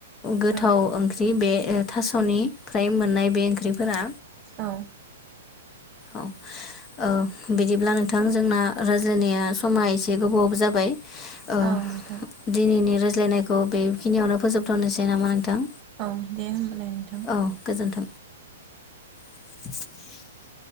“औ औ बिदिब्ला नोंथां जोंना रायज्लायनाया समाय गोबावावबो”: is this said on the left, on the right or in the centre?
Left